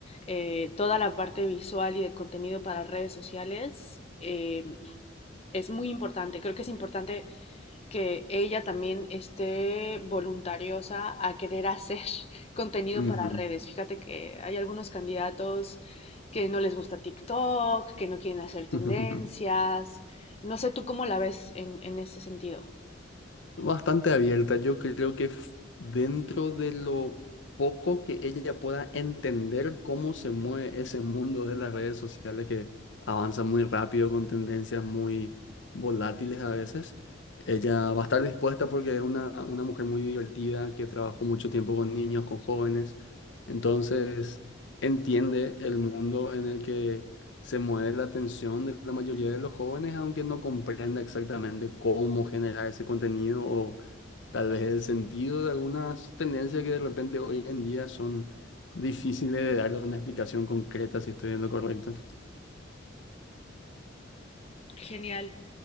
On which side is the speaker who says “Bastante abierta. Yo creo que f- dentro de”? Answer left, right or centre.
Left